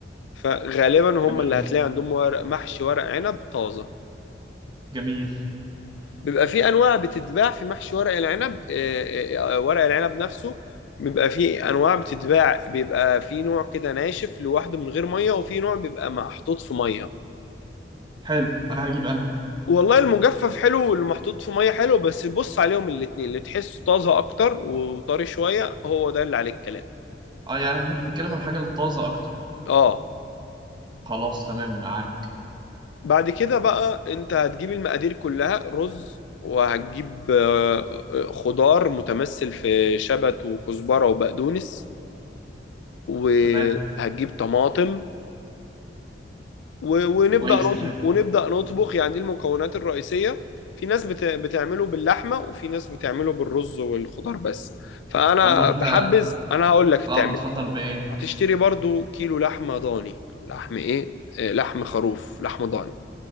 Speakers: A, on the left; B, on the right.
A: فغالبا هم
B: جميل
A: اللي هتلاقي عندهم ورق محشي ورق عنب طازة
B: جميل
A: بيبقى في انواع بتتباع في محشي ورق العنب اه، اه، آه، ورق العنب نفسه بيبقى في انواع بتتباع بيبقى في نوع كده ناشف لوحده من غير ميه وفي نوع بيبقى محطوط في ميه
B: حلو انا هجيب انهو
A: والله المجفف حلو واللي محطوط في ميه حلو بس بص عليهم الاتنين اللي تحسه طازه اكتر وطري شويه هو ده اللي عليه الكلام
B: اه يعني احنا بنتكلم عن الحاجة الطازة اكتر
A: اه
B: خلاص تمام معاك
A: بعد كده بقى انت هتجيب المقادير كلها رز وهتجيب آه، خضار متمثل في شبت وكزبره وبقدونس وهتجيب
B: تمام
A: طماطم و- ونبدأ
B: كويس
A: نطبخ
B: تمام
A: ونبدأ نطبخ يعني دي المكونات الرئيسية في ناس بت- بتعمله باللحمة وفي ناس بتعمله بالرز والخضار بس فأنا
B: طب وانت
A: بحبذ أنا هقول لك تعمل
B: اه بتفضل
A: إيه
B: بايه
A: هتشتري برضو كيلو لحمة ضاني لحم إيه آه، لحم خروف لحمة ضاني